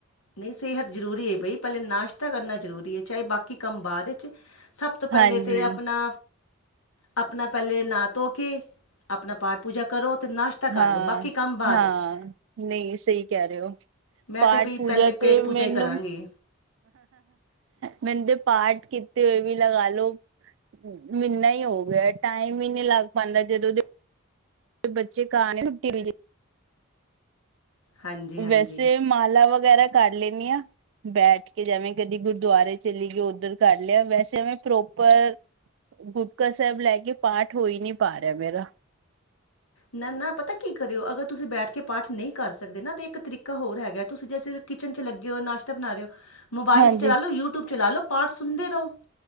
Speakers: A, on the left; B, on the right.
A: ਨਹੀਂ ਸਿਹਤ ਜ਼ਰੂਰੀ ਹੈ ਬਈ ਨਾਸ਼ਤਾ ਕਰਨਾ ਜ਼ਰੂਰੀ ਹੈ ਚਾਹੇ ਬਾਕੀ ਕੰਮ ਬਾਅਦ ਵਿੱਚ। ਸਭ ਤੋਂ ਪਹਿਲੇ
B: ਹਾਂਜੀ
A: ਤਾਂ ਆਪਣਾ ਆਪਣਾ ਪਹਿਲੇ ਨਾਂ ਧੋ ਕੇ ਆਪਣਾ ਪਾਠ ਪੂਜਾ ਕਰੋ ਤੇ ਨਾਸ਼ਤਾ
B: ਹਾਂ
A: ਕਰ ਲਓ ਬਾਕੀ ਕੰਮ ਬਾਅਦ
B: ਹਾਂ
A: ਵਿੱਚ
B: ਨਹੀਂ ਸਹੀ ਕਹਿ ਰਹੇ ਹੋ
A: ਮੈਂ
B: ਪਾਠ
A: ਤੇ ਬਈ
B: ਪੂਜਾ
A: ਪਹਿਲੇ
B: ਤੇ
A: ਪੇਟ ਪੂਜਾ
B: ਮੈਨੂੰ।
A: ਹੀ ਕਰਾਂਗੀ
B: ਮੈਨੂੰ ਪਾਠ ਕੀਤੇ ਹੋਏ ਵੀ ਲਗਾਲੋ ਮਹੀਨਾ ਹੀ ਹੋ ਗਿਆ ਟਾਈਮ ਹੀ ਨਹੀਂੀ ਲੱਗ ਪਾਦਾ ਜਦੋਂ ਦੇ ਬੱਚੇ ਘਰ ਨੇ ਛੁੱਟੀ ਵਿਚ
A: ਹਾਂਜੀ ਹਾਂਜੀ
B: ਵੈਸੇ ਮਾਲਾ ਵਗੈਰਾ ਕਰ ਲੈਣੀ ਆ। ਬੈਠ ਕੇ ਜਿਵੇਂ ਕਦੀ ਗੁਰਦੁਆਰੇ ਚਲੀ ਗਏ ਉੱਧਰ ਕਰ ਲਿਆ ਵੈਸੇ ਐਵੇਂ ਪ੍ਰੋਪਰ ਗੁਟਕਾ ਸਾਹਿਬ ਲੈ ਕੇ ਪਾਠ ਹੋਈ ਨਹੀਂ ਪਾ ਰਿਹਾ ਮੇਰਾ।
A: ਨਾ ਨਾ ਪਤਾ ਕੀ ਕਰਿਓ ਅਗਰ ਤੁਸੀਂ ਬੈਠ ਕੇ ਪਾਠ ਨਹੀਂ ਕਰ ਸਕਦੇ ਨਾ ਤਾਂ ਇੱਕ ਤਰੀਕਾ ਹੋਰ ਹੈਗਾ ਤੁਸੀਂ ਕਿਚਨ ਚ ਲੱਗੇ ਹੋਓ ਨਾਸ਼ਤਾ ਬਣਾ ਰਹੇਓ ਮੋਬਾਈਲ
B: ਹਾਂਜੀ
A: 'ਚ ਚਲਾ ਲੋ ਯੂਟਿਊਬ ਚਲਾ ਲਓ ਪਾਠ ਸੁਣਦੇ ਰਹੋ